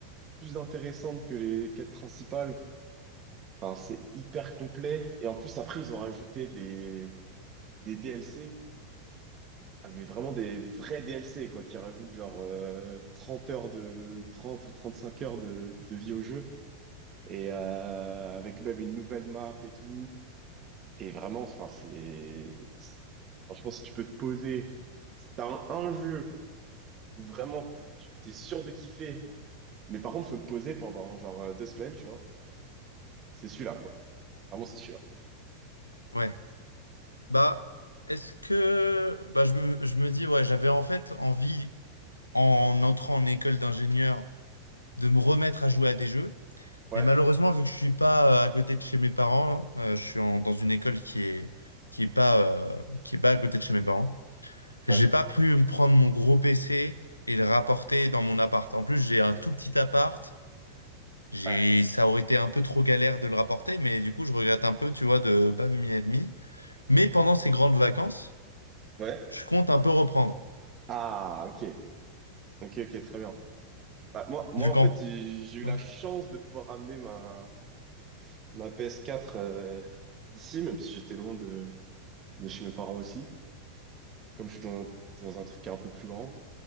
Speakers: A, on the right; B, on the left.
A: plus intéressantes que les quêtes principales. Enfin, c'est hyper complet. Et en plus après ils ont rajouté des, des DLC, ah, mais vraiment des vrais DLC quoi, qui rajoutent genre euh, 30 heures de, 30 ou 35 heures de, de vie au jeu. et euh, avec même une nouvelle map et tout. Et vraiment, enfin, c'est... c'est- Franchement, si tu peux te poser, si t'as un, un jeu où vraiment p- tu- t'es sûr de kiffer, mais par contre, faut te poser pendant genre euh, deux semaines, tu vois, c'est celui-là, quoi. Vraiment, c'est celui-là.
B: ouais. Bah, est-ce que. Bah, je me, je me dis, ouais, j'avais en fait envie en entrant en école d'ingénieur de me remettre à jouer à des jeux.
A: Ouais,
B: Mais malheureusement, vu que je suis pas euh, à côté de chez mes parents, hein, euh, je suis en- dans une école qui est qui est pas euh, qui est pas à côté de chez mes parents.
A: ouais,
B: J'ai pas pu me prendre mon gros PC et le rapporter dans mon appart. En plus, j'ai un tout petit appart. J'ai,
A: ouais,
B: ça aurait été un peu trop galère de le rapporter, mais du coup, je regrette un peu, tu vois, de pas m'y être mis. Mais pendant ces grandes vacances,
A: ouais.
B: je compte un peu reprendre.
A: Ah, ok, ok, ok, très bien. Bah, moi, moi,
B: Vu
A: en
B: qu'en...
A: fait, j'ai j'ai eu
B: Ouais,
A: la chance de pouvoir ramener ma, ma ps quatre euh, ici, même si j'étais loin de, de chez mes parents aussi, comme je suis dans, dans un truc qui est un peu plus grand.